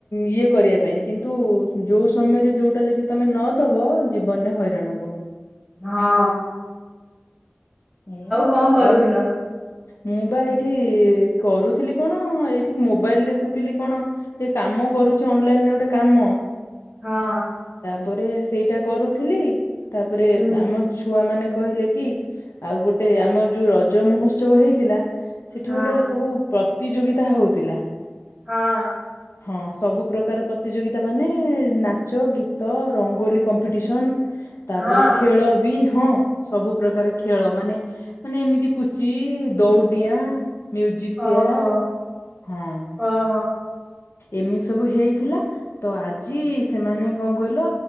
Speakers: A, on the left (about 80°); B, in the centre.
A: ଇଏ କରିବା ପାଇଁ କିନ୍ତୁ ଜ୍ ଯୋଉ ସମୟରେ ଯୋଉଟା ଯଦି ତମେ ନଦବ ଜୀବନରେ ହଇରାଣ ହବ।
B: ହଁ।
A: ଏଇଆ ଆଉ
B: କଣ କରୁଥିଲ?
A: ଆଉ? ମୁଁ ବା ଏଇଠି କରୁଥିଲି କଣ ଏଇଠି ମୋବାଇଲ୍ ଦେଖୁଥିଲି କଣ ଏ କାମ କ ରୁଚି ଅନଲାଇନ୍ ରେ ଓଟେ କାମ।
B: ହଁ।
A: ପରେ ସେଇଟା କରୁଥିଲି, ତାପରେ
B: ହୁଁ
A: ଆମ ଛୁଆମାନେ କହିଲେ କି ଆଉ ଗୋଟେ ଆମର ଯୋଉ ରଜ ମହୋତ୍ସବ ହେଇଥିଲା ସେଠି
B: ହଁ।
A: ଗୋଟେ ସବୁ ପ୍ର ତିଯୋଗିତା ହଉତିଲା।
B: ହଁ।
A: ହଁ, ସବୁ ପ୍ରକାର ପ୍ରତିଯୋଗିତା ମାନେ ନାଚ, ଗୀତ, ରଙ୍ଗୋଲି କମ୍ପିଟିସନ୍। ତାପରେ
B: ହଁ
A: ଖେଳ ବି ହଁ, ସବୁ ପ୍ରକାର ଖେଳ ମାନେ ମାନେ ଏମିତି ପୁଚି, ଦଉଡିଁଆ ମ୍ୟୁଜିକ୍
B: ହଉ
A: ଚେୟାର୍
B: ହଉ
A: ହଁ।
B: ହଉ
A: ଏମିତି ସବୁ ହେଇଥିଲା ତ ଆଜି ସେମାନେ କଁ କହିଲ